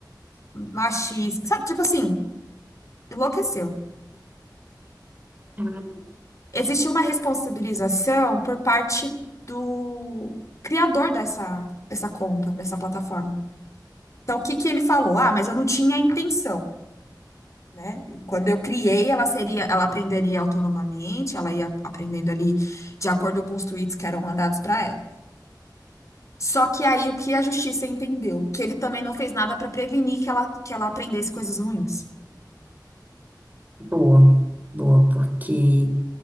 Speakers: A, on the left; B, on the right.
A: machista, sabe? Tipo assim, enlouqueceu.
B: Ah,
A: Existiu uma responsabilização por parte do criador dessa, dessa conta, dessa plataforma. Então, o que que ele falou? Ah, mas eu não tinha intenção, né? Quando eu criei, ela seria, ela aprenderia autonomamente, ela ia aprendendo ali de acordo com os tweets que eram mandados para ela. Só que aí o que a justiça entendeu? Que ele também não fez nada para prevenir que ela, que ela aprendesse coisas ruins.
B: Boa, boa, porque